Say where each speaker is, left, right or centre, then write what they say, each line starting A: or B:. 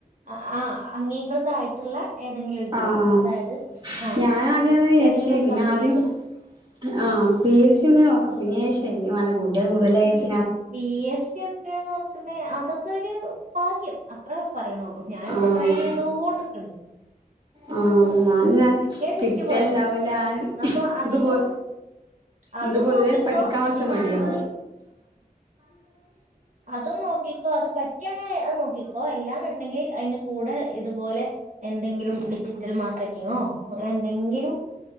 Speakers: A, on the right (about 55°); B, on the right (about 30°).
A: ആഹ് ആഹ് അംഗീകൃതാ ആയിട്ടുള്ള ഏതെങ്കിലൊരു ജോലി
B: ആഹ് ആഹ്
A: അതായത് ആഹ്
B: ഞാൻ ആദ്യം അത് വിചാരിച്ചീനി
A: ഏതെങ്കിലൊരു
B: പിന്നെ
A: കമ്പിനില്
B: ആദ്യം ആഹ് പിഎസ്ഇ ഒന്നെ നോക്ക് പിന്നെ ഞാൻ ശല്യമാണ് കൂട്ടിയാ കൂടൂലാ വിചരിച്ച്
A: പി എസ് സി ഒക്കെന്ന് പറഞ്ഞിട്ട് ഉണ്ടെ അതൊക്കൊരു ഭാഗ്യം അത്രേ പറയണൊള്ളൂ ഞാനിപ്പെ
B: ആഹ്
A: ട്രൈ ചെയ്തോണ്ട് നിക്കണ്
B: ആഹ് ന്നാലും ഞാൻ
A: കിട്ടിയാ
B: കിട്ടല്ണ്ടാവൂല
A: കിട്ടി പോയ പോയി അപ്പൊ അതിനും
B: ഇക്ക് പൊ
A: അതും
B: ഇക്ക് പൊതുവേ
A: നോക്കിക്കോ
B: പഠിക്കാൻ കൊറച്ച്
A: അതിന്
B: മടിയാ
A: കൂ അതൊന്ന് നോക്കിക്കൊ അത് പറ്റുവാണെങ്കി അത് നോക്കിക്കൊ അല്ലാന്ന് ഉണ്ടെങ്കി അയിന് കൂടെ ഇത്പോലെ എന്തെങ്കിലും ഡിജി ഒരു മാർങ്ങോ അങ്ങനെ എന്തെങ്കിലും